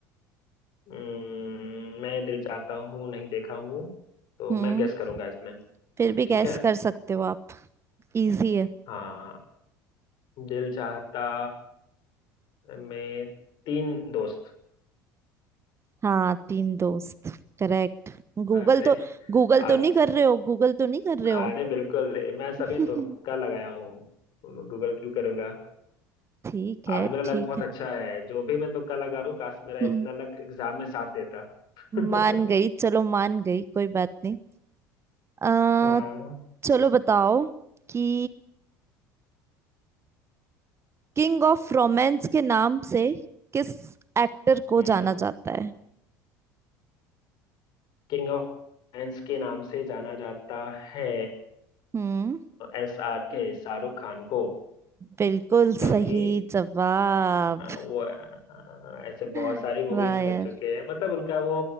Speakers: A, on the left; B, on the right.
A: हम्म, मैं दिल चाहता हूँ नहीं देखा हूँ तो
B: हम्म
A: मैं गेस करूंगा इसमें
B: फिर भी
A: ठीक
B: गैस
A: है
B: कर सकते हो आप इजी है
A: हाँ दिल चाहता में तीन दोस्त
B: हाँ तीन दोस्त करेक्ट गूगल
A: अरे
B: तो गूगल तो
A: आज
B: नहीं कर रहे हो गूगल तो नहीं कर रहे
A: अरे
B: हो
A: बिल्कुल मैं सभी
B: <laughs>
A: तुक्का लगाया हूँ गूगल क्यों करूंगा
B: ठीक है
A: आज मेरा लक
B: ठीक
A: बहुत
B: है
A: अच्छा है जो भी मैं तुक्का लगा रहा हूँ काश मेरा
B: हम्म
A: इतना लक एग्जाम में साथ देता <laughs>
B: मान गई चलो मान गई कोई बात नहीं आ,
A: हाँ
B: चलो बताओ कि किंग ऑफ रोमांस के नाम से किस एक्टर को
A: हम्म
B: जाना जाता है
A: किंग ऑफ साइंस के नाम से जाना जाता है
B: हम्म
A: एस आर के शाहरुख खान को
B: बिल्कुल
A: क्योंकि
B: सही जवाब
A: अ, वो अ, ऐसे बहुत
B: <laughs>
A: सारी मूवीज
B: वाह
A: कर
B: यार
A: चुके हैं मतलब उनका वो